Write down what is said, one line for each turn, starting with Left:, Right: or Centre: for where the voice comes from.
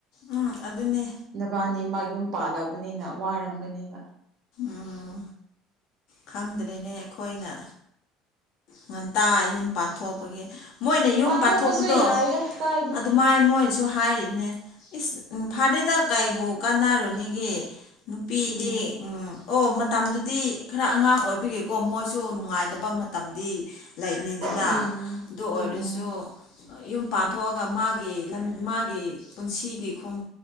Left: ꯎꯝ ꯑꯗꯨꯅꯦ
Right: ꯅꯕꯥꯅꯤꯃꯛ ꯌꯨꯝ ꯄꯥꯜꯂꯕꯅꯤꯅ ꯋꯥꯔꯝꯒꯅꯤꯕ
Left: ꯑꯥ ꯈꯪꯗ꯭ꯔꯦꯅꯦ ꯑꯩꯈꯣꯏꯅ ꯉꯟꯇꯥ ꯌꯨꯝ ꯄꯥꯟꯊꯣꯛꯄꯒꯤ ꯃꯣꯏꯅ ꯌꯨꯝ
Right: ꯄꯥꯟꯊꯣꯛꯄꯁꯨ
Left: ꯄꯥꯟꯊꯣꯛꯄꯗꯣ
Right: ꯌꯥꯏꯗ ꯀꯥꯏꯗꯦ
Left: ꯑꯗꯨ ꯃꯥꯏ ꯃꯣꯏꯅꯁꯨ ꯍꯥꯏꯔꯤꯅꯦ ꯏꯁ ꯎꯝ ꯐꯥꯔꯦꯗ ꯀꯩꯕꯨ ꯀꯥꯟꯅꯔꯨꯅꯤꯒꯦ ꯅꯨꯄꯤꯗꯤ
Right: ꯎꯝ
Left: ꯎꯝ ꯑꯣ ꯃꯇꯝꯗꯨꯗꯤ ꯈꯔ ꯑꯉꯥꯡ ꯑꯣꯏꯕꯤꯒꯦꯀꯣ ꯃꯣꯏꯁꯨ ꯅꯨꯡꯉꯥꯏꯇꯕ ꯃꯇꯝ ꯗꯤ ꯂꯩꯕꯅꯤꯗꯅ
Right: ꯎꯝ
Left: ꯑꯗꯨ ꯑꯣꯏꯔꯁꯨ
Right: ꯎꯝ ꯎꯝ
Left: ꯌꯨꯝ ꯄꯥꯟꯊꯣꯛꯑꯒ ꯃꯥꯒꯤ ꯂꯝ ꯃꯥꯒꯤ ꯄꯨꯟꯁꯤꯒꯤ ꯈꯣꯡ